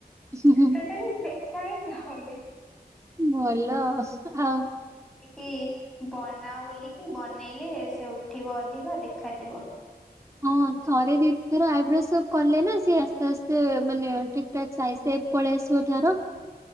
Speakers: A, on the right (about 15°); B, in the centre.
A: ହୁଁ ହୁଁ
B: ଟୋଟାଲି ଦେଖାହି ଚାହୁନି
A: ଭଲ ଆ
B: ଇ ବନ ନା ବୋଲିକି ବନେଇଲେ ସେ ଉଠିବ ଅଧିକ ଦେଖାଯିବ।
A: ହଁ ଥରେ ଦି ଥର ଆଇବ୍ରୋଜ ସବୁ କଲେ ନା ସିଏ ଆସ୍ତେ ଆସ୍ତେ ମାନେ ଠିକ ଠାକ ସାଇଜ ସେଭ ପଳେଇ ଆସିବ ତାର।